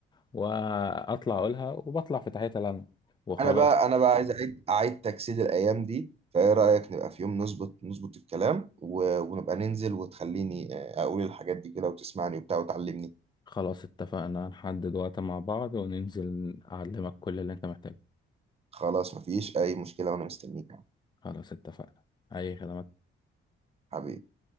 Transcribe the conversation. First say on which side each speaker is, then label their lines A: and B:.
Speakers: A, on the left; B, on the right.
A: واطلع اقولها وبطلع في تحيه العلم وخلاص
B: انا بقى انا بقى عايز اه اعيد اعيد تجسيد الايام دي فايه رايك نبقى في يوم نظبط نظبط الكلام و... ونبقى ننزل وتخليني آه، اقول الحاجات دي كده وتسمعني وبتاع وتعلمني
A: خلاص اتفقنا نحدد وقت مع بعض وننزل أعلمك كل اللي أنت محتاجه
B: خلاص مفيش اي مشكله وانا مستنيك يا عم.
A: خلاص اتفقنا أي خدمات
B: حبيبي